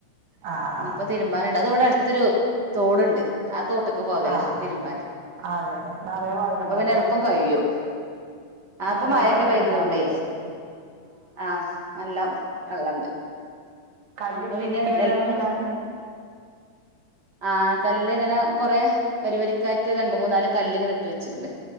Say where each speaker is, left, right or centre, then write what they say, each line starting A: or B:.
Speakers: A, on the right; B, on the right.
A: ആഹ്
B: ഇഞ്ഞ്പ്പൊ
A: ആഹ്
B: തിര്മ്പാന്ണ്ട് അത് ഇവടെ അട്ത്തൊരു തോട്ണ്ട് ആഹ് തോട്ട്ക്ക് പോകെലാ
A: ആഹ്
B: തിരുമ്പാന്
A: അതെ നിറയെ വെള്ളണ്ടോ
B: അപ്പൊ പിന്നെ എള്പ്പം കയ്യും ആഹ്
A: നിറയെ
B: ഇപ്പം മഴെക്കെ
A: വെള്ളമൊക്കെ
B: പെയ്തതോണ്ടേ
A: ഉണ്ടാവുംല്ലേ
B: ആഹ് നല്ലം വെള്ളണ്ട്
A: കല്ലിട്ടിരിക്കയാന്ന്
B: അപ്പൊ പിന്നെ <unintelligible>
A: അലക്കാന്
B: ആഹ് കല്ല് ഇങ്ങനെ കൊറേ വരിവരിക്കായിട്ട് രണ്ട്, മൂന്ന്, നാല്, കല്ല്ങ്ങനെ ഇട്ട് വെച്ച്ക്ക്ണ്